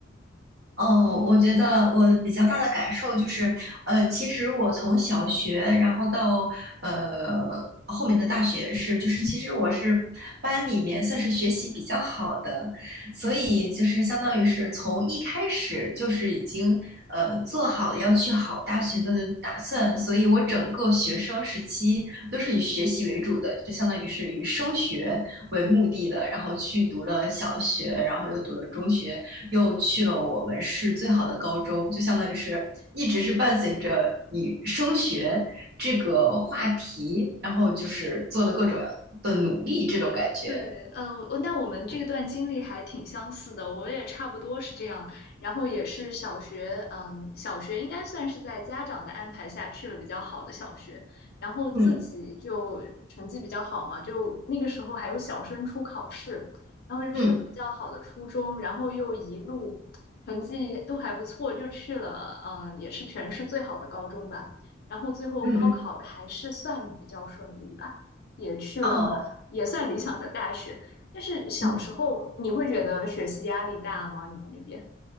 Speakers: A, on the right; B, on the left.
A: 哦，我觉得我比较大的感受就是，呃，其实我从小学，然后到呃后面的大学是，就是其实我是班里面算是学习比较好的，所以就是相当于是从一开始就是已经呃做好了要去好大学的打算，所以我整个学生时期都是以学习为主的，就相当于是以升学为目的的，然后去读了小学，然后又读了中学。又去了我们市最好的高中，就相当于是一直是伴随着你升学这个话题，然后就是做了各种的努力，这种感觉。
B: 对，呃，我那我们这段经历还挺相似的，我也差不多是这样，然后也是小学，嗯，小学应该算是在家长的安排下去了比较好的小学，然后自己就成绩比较好嘛，
A: 嗯
B: 就那个时候还有小升初考试，然后就去了比较好的初中，
A: 嗯
B: 然后又一路成绩都还不错，就去了，嗯，也是全市最好的高中吧，然后最后高考还是算比较顺利吧。
A: 嗯嗯，
B: 也去了也算理想的大学。
A: 哦，
B: 但是小时候你会觉得学习压力大吗？
A: 嗯
B: 你们那边？